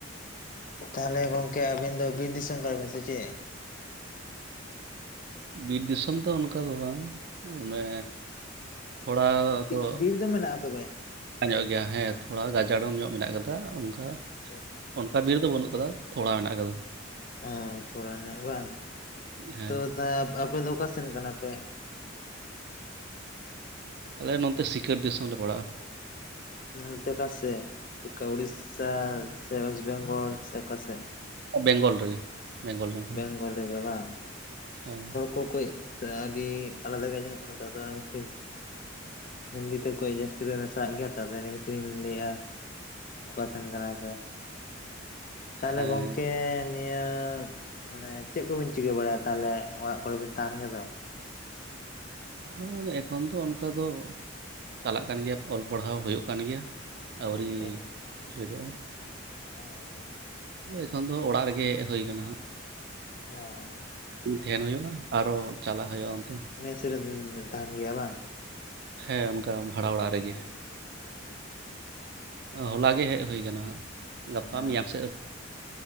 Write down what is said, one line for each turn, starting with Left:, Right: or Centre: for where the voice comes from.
Left: ᱛᱟᱦᱚᱞᱮ ᱜᱚᱝᱠᱮ ᱟᱵᱤᱱ ᱫᱚ ᱵᱤᱨ ᱫᱤᱥᱚᱢ ᱠᱟᱱᱟ ᱵᱤᱱ ᱥᱮ ᱪᱮᱫ?
Right: ᱵᱤᱨ ᱫᱤᱥᱚᱢ ᱫᱚ ᱚᱱᱠᱟ ᱫᱚ ᱵᱟᱝ, ᱚᱱᱮ ᱛᱷᱚᱲᱟ ᱫᱚ
Left: ᱵᱤᱨ ᱫᱚ ᱢᱮᱱᱟᱜᱼᱟ ᱛᱚᱵᱮ?
Right: ᱧᱚᱜ ᱜᱮᱭᱟ ᱦᱮᱸ ᱛᱷᱚᱲᱟ ᱜᱟᱡᱟᱲ ᱧᱚᱜ ᱢᱮᱱᱟᱜ ᱠᱟᱫᱟ ᱚᱱᱠᱟ
Left: ᱟᱪᱪᱷᱟ ᱟᱪᱪᱷᱟ
Right: ᱚᱱᱠᱟ ᱵᱤᱨ ᱫᱚ ᱵᱟᱹᱱᱩᱜ ᱟᱠᱟᱫᱟ ᱛᱷᱚᱲᱟ ᱢᱮᱱᱟᱜ ᱟᱠᱟᱫᱟ᱾
Left: ᱚ ᱛᱷᱚᱲᱟ ᱧᱚᱜ ᱵᱟᱝ
Right: ᱦᱮᱸ
Left: ᱛᱚ ᱟᱯᱮ ᱟᱯᱮ ᱫᱚ ᱚᱠᱟ ᱥᱮᱱ ᱠᱟᱱᱟ ᱯᱮ?
Right: ᱟᱞᱮ ᱱᱚᱛᱮ ᱥᱤᱠᱟᱹᱨ ᱫᱤᱥᱚᱢ ᱞᱮ ᱯᱟᱲᱟᱜᱼᱟ᱾
Left: ᱱᱚᱱᱛᱮ ᱚᱠᱟ ᱥᱮ ᱪᱮᱠᱟ ᱩᱲᱤᱥᱥᱟ ᱥᱮ ᱚᱭᱮᱥᱴ ᱵᱮᱝᱜᱚᱞ ᱥᱮ ᱚᱠᱟᱥᱮ?
Right: ᱵᱮᱝᱜᱚᱞ ᱨᱮᱜᱮ ᱵᱮᱝᱜᱚᱞ ᱨᱮᱱ ᱠᱟᱱᱟ,
Left: ᱵᱷᱟᱞᱮ ᱜᱮ ᱵᱟᱝ?
Right: ᱦᱮᱸ
Left: ᱚ ᱠᱚ ᱟᱹᱰᱤ ᱟᱞᱟᱫᱟ ᱜᱮ ᱟᱸᱡᱚᱢᱚᱜ ᱠᱟᱱᱟ ᱛᱚ ᱟᱫᱚ ᱚᱱᱟ ᱠᱷᱟᱹᱛᱤᱨ ᱦᱤᱱᱫᱤᱛᱮ ᱠᱟᱹᱡ ᱡᱟᱹᱥᱛᱤ ᱯᱮ ᱢᱮᱥᱟᱣᱟᱜ ᱜᱮᱭᱟ ᱛᱚ ᱟᱫᱚ ᱤᱱᱟᱹ ᱠᱷᱟᱹᱛᱤᱨᱤᱧ ᱞᱟᱹᱭᱮᱜᱼᱟ ᱚᱠᱟ ᱥᱮᱱ ᱠᱟᱱᱟ ᱯᱮ? ᱛᱟᱦᱚᱞᱮ
Right: ᱦᱮᱸ
Left: ᱜᱚᱝᱠᱮ ᱱᱤᱭᱟᱹ ᱢᱟᱱᱮ ᱪᱮᱫ ᱠᱚᱵᱤᱱ ᱪᱤᱠᱟᱹ ᱵᱟᱲᱟᱭᱟ ᱛᱟᱦᱚᱞᱮ ᱚᱲᱟᱜ ᱠᱚᱨᱮ ᱵᱤᱱ ᱛᱟᱦᱮᱱ ᱜᱮᱫᱚ?
Right: ᱦᱮᱸ ᱮᱠᱷᱚᱱ ᱫᱚ ᱚᱱᱠᱟ ᱫᱚ ᱪᱟᱞᱟᱜ ᱠᱟᱱ ᱜᱮᱭᱟ ᱚᱞ ᱯᱟᱲᱦᱟᱣ ᱦᱩᱭᱩᱜ ᱠᱟᱱ ᱜᱮᱭᱟ
Left: ᱟᱪᱪᱷᱟ
Right: ᱟᱹᱣᱨᱤ <unintelligible> ᱞᱮᱴᱚᱜᱼᱟ
Left: ᱚᱻ
Right: ᱟᱫᱚ ᱮᱠᱷᱚᱱ ᱫᱚ ᱚᱲᱟᱜ ᱨᱮᱜᱮ ᱦᱮᱡ ᱦᱩᱭ ᱟᱠᱟᱱᱟ ᱦᱟᱜ
Left: ᱚᱻ
Right: ᱛᱟᱦᱮᱱ ᱦᱩᱭᱩᱜᱼᱟ ᱟᱨᱚ ᱪᱟᱞᱟᱜ ᱦᱩᱭᱩᱜᱼᱟ
Left: ᱚ
Right: ᱚᱱᱛᱮ
Left: ᱢᱮᱥ ᱨᱮᱵᱤᱱ ᱛᱟᱦᱮᱱ ᱜᱮᱭᱟ ᱵᱟᱝ?
Right: ᱦᱮᱸ ᱚᱱᱠᱟ ᱵᱷᱟᱲᱟ ᱚᱲᱟᱜ
Left: ᱚ
Right: ᱨᱮᱜᱮ
Left: ᱟᱪᱪᱷᱟ ᱟᱪᱪᱷᱟ
Right: ᱦᱚᱞᱟ ᱜᱮ ᱦᱮᱡ ᱦᱩᱭ ᱟᱠᱟᱱᱟ ᱦᱟᱜ ᱜᱟᱯᱟ
Left: ᱚ
Right: ᱢᱮᱭᱟᱝ ᱥᱮᱫ